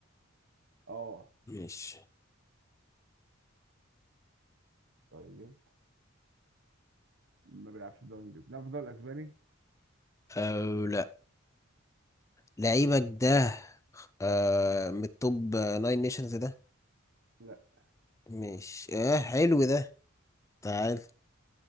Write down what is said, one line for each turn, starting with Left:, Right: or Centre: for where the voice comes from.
Right: اه
Left: ماشي
Right: طيب ما بيلعبش في الدوري الانجليزي بيلعب في الدوري الاسباني
Left: او لا لعيبك ده آه من التوب ناين نيشنز ده
Right: لا
Left: ماشي اه حلو ده تعال